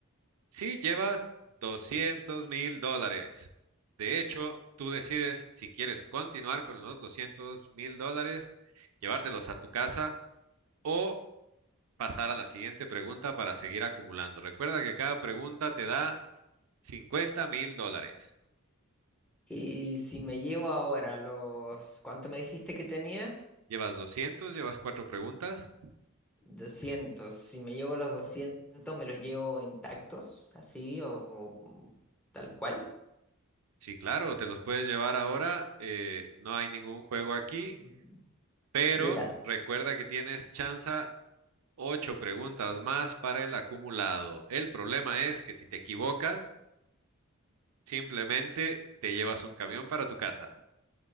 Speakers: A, on the right; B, in the centre.
A: Sí, llevas doscientos mil dólares. De hecho, tú decides si quieres continuar con los doscientos mil dólares, llevártelos a tu casa o pasar a la siguiente pregunta para seguir acumulando. Recuerda que cada pregunta te da cincuenta mil dólares.
B: Y si me llevo ahora los... ¿Cuánto me dijiste que tenía?
A: Llevas doscientos, llevas cuatro preguntas.
B: doscientos Si me llevo los doscientos ¿me los llevo intactos? ¿Así o, o tal cual?
A: Sí, claro, te los puedes llevar ahora. eh, no hay ningún juego aquí
B: Mm.
A: Pero
B: Mira,
A: recuerda que tienes chance ocho preguntas más para el acumulado. El problema es que si te equivocas, simplemente te llevas un camión para tu casa.